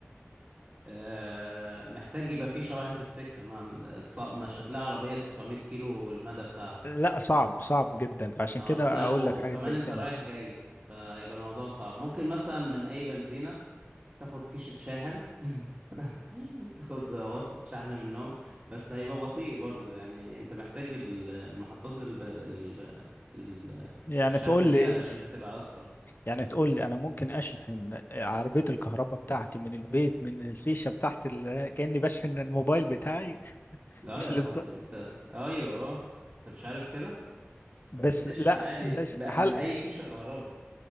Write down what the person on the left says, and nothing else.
لا صعب صعب جدا فعشان
كده
اقول
لك حاجه
زي
كده
يعني
تقول
لي
انت
يعني تقول لي انا ممكن اشحن عربيه الكهرباء بتاعتي من البيت من الفيشه بتاعت ال... كاني بشحن الموبايل بتاعي
مش
للد...
بس
لا
بس
هل